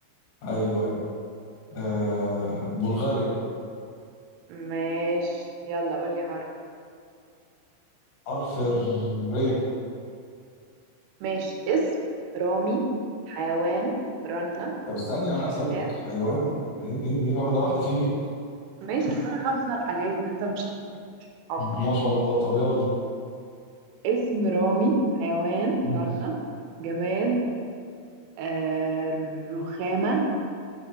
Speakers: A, on the left; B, on the right.
A: ايوه ايوه أه... بلغاريا
B: ماشي يلا قولي حرف
A: حرف الر
B: ماشي اسم رامي حيوان رنة
A: طب استني انا اسالك
B: جماد
A: حيوان ايه ايه ايه واحده واحده في ايه
B: ماشي أصل أنا حافظة الحاجات أنت مش حافظ
A: ما شاء الله طب يلا
B: اسم رامي حيوان
A: مم.
B: رنة جماد آه رخامة